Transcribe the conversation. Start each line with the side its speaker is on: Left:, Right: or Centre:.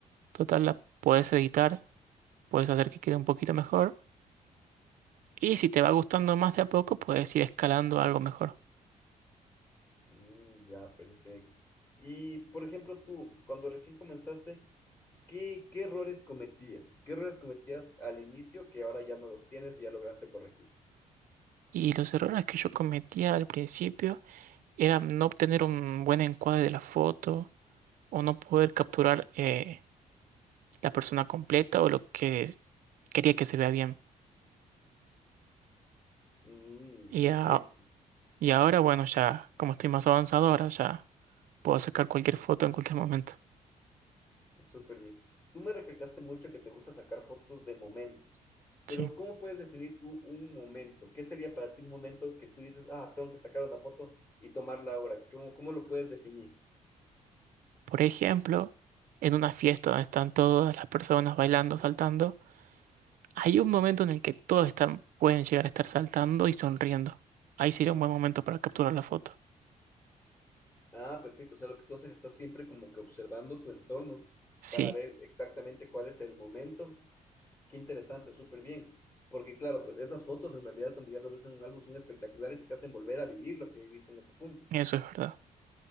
Right: Total, la puedes editar, puedes hacer que quede un poquito mejor Y si te va gustando más de a poco, puedes ir escalando a algo mejor.
Left: Mm, ya, perfecto. Y, por ejemplo, tú, cuando recién comenzaste, ¿qué, qué errores cometías? ¿Qué errores cometías al inicio que ahora ya no los tienes y ya lograste corregir?
Right: Y los errores que yo cometía al principio eran no obtener un buen encuadre de la foto o no poder capturar eh, la persona completa o lo que quería que se vea bien.
Left: Mm,
Right: Y,
Left: perfecto,
Right: a- y ahora, bueno, ya como estoy más avanzado, ahora ya puedo sacar cualquier foto en cualquier momento.
Left: súper bien. Tú me recalcaste mucho que te gusta sacar fotos de momentos, pero
Right: Sí.
Left: ¿cómo puedes definir tú un momento? ¿Qué sería para ti un momento que tú dices, ah, tengo que sacar una foto y tomarla ahora? ¿Cómo, cómo lo puedes definir?
Right: Por ejemplo, en una fiesta donde están todas las personas bailando, saltando. Hay un momento en el que todos están, pueden llegar a estar saltando y sonriendo. Ahí sería un buen momento para capturar la foto.
Left: Ah, perfecto. O sea, lo que tú haces es que estás siempre como que observando tu entorno
Right: Sí,
Left: para ver exactamente cuál es el momento. Qué interesante, súper bien. Porque claro, pues esas fotos en realidad cuando ya lo ves en un álbum son espectaculares y te hacen volver a vivir lo que viviste en ese punto.
Right: eso es verdad.